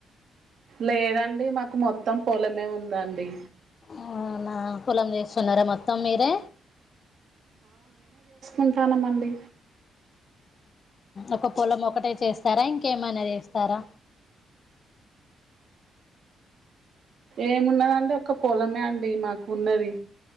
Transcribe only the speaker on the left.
అవునా పొలం చేస్తున్నారా మొత్తం మీరే
ఒక పొలం ఒకటే చేస్తారా ఇంకేమైనా చేస్తారా